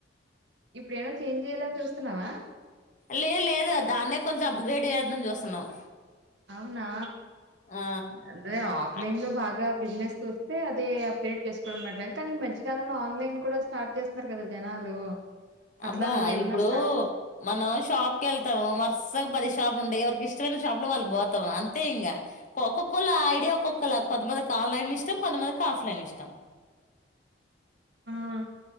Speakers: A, on the right; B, on the left.
A: ఇప్పుడు ఎవన్న చేంజ్ చేయ్యాలని చూస్తున్నావా
B: లేదు లేదు దాన్నే కొంచెం అప్గ్రేడ్ చేద్దామని చూస్తున్నాం
A: అవునా
B: ఆ
A: అంటే ఆఫ్లైన్
B: అ-
A: లో బాగా బిజినెస్ చూస్తే అదే అప్గ్రేడ్ చేసుకోవడం బెటరే కానీ ఈ మధ్యకాలంలో ఆన్లైన్ కూడా స్టార్ట్ చేస్తున్నారు కదా జనాలు అట్లా
B: అబ్బా
A: నువ్వేమన్నా
B: ఇప్పుడు
A: స్టార్ట్
B: మనం షాప్కి ఎళ్తాము వరుసగా పది షాపులు ఉంటాయి ఎవరికి ఇష్టమైన షా షాప్ లో వాళ్ళు బోతాం అంతే ఇంగ ఒక్కొక్కొళ్ళ ఐడియా ఒక్కొక్కళ కొంతమందికి ఆన్లైన్ ఇష్టం కొంతమంది ఆఫ్లైన్ ఇష్టం
A: మ్